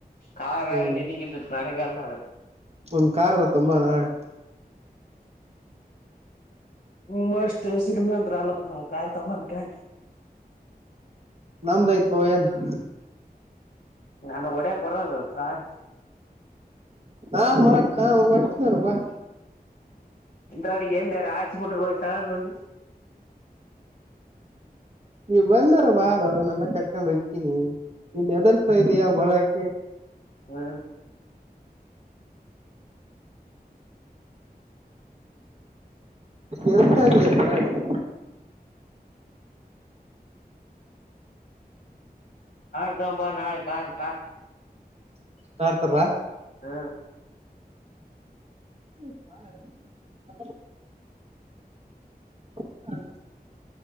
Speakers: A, on the left; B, on the right.
A: ಕಾರ್
B: ಹ್ಮ್
A: ನಿನಗಿದತ್ ನನಗಲ್ಲ <unintelligible>
B: ಒಂದ್ ಕಾರ್ರ ತುಂಬಾ ನಾಳೆ
A: ಹ್ಮ ಅಷ್ಟು ಸಿರಿಮನಂತ್ರ ಅಲ್ಲಪ್ಪ ನಾವ್ ಕಾರ್ ತಕಂಬರಕೆ
B: ನಮ್ದ ತ್ ಪವ ಏನ್ <unintelligible>
A: ನಂಗ್ ಒಡಿಯಾಕ್ ಬರಲ್ಲ ಕಾ ರ್
B: ನಾ ಮಾಡ ನಾವು ಒಟ್ಟಾರ <unintelligible>
A: ಇಂದಡಿಗೆ ಎಂದಾರಾಚಿ ಬಿಟ್ರೆ ಹೋಗ್ತ ಹೋಗಿ <unintelligible>
B: ನೀ ಬಂದಾರ ಬಾರೋ ನಾನೆಲ್ಲ ಕರ್ಕೊಂಡ್ ಹತೀನಿ ನೀನ್ ಹೆದರ್ತಾ ಇದಯ ಬರಕ
A: ಹ್ಮ
B: ಎೇಳ್ತಾ ಇದೀೆಯ ಮರ <unintelligible>
A: ಕಾರ್ ತಕಂಡ್ ಬಾ ನಾಳೆ ಕಾರ್ ಕಾರ್
B: ಕಾರ್ತಾರ
A: ಹಾ
B: ಹ <inaudible> ಹೌ <inaudible>